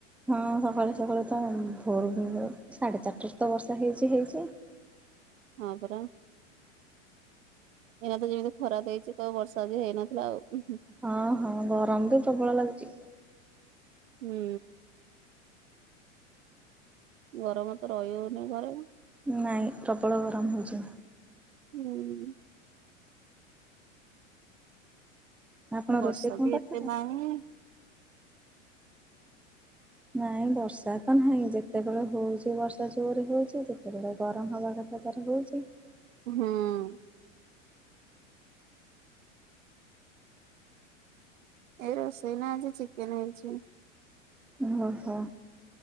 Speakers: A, in the centre; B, on the right.
A: ହଁ ସକାଳୁ ସକାଳୁ ତ ଭୋର ସାଢେ ଚାରିଟାରେ ତ ବର୍ଷା ହେଇଛି ହେଇଛି।
B: ହଁ ପରା। ଏଇନା ତ ଯେମିତି ଖରାପ ଦେଇଛି ତ ବର୍ଷା ବି ହେଇନଥିଲା ଆଉ।
A: ହଁ ହଁ ଗରମ ବି ପ୍ରବଳ ଲାଗୁଚି।
B: ହୁଁ। ଗରମ ତ ରଇ ହଉନି ଘରେ
A: ନାଇଁ ପ୍ରବଳ ଗରମ୍ ହଉଛି।
B: ହୁଁ।
A: ଆପଣ
B: କି ବର୍ଷା
A: ରୋଷେଇ କଣ
B: ବି
A: କରିଥିଲେ?
B: ଏତେ ନାଇଁ
A: ନାଇଁ ବର୍ଷା ତ ନାହିଁ ଯେତେବେଳେ ହଉଛି ବର୍ଷା ଜୋରେ ହଉଛି ଯେତେବେଳେ ଗରମ୍ ହବା କ ତା ପରେ ହଉଛି।
B: ହଁ ଏ ରୋଷେଇ ନା ଆଜି ଚିକେନ୍ ହେଇଛି।
A: ଓହୋ।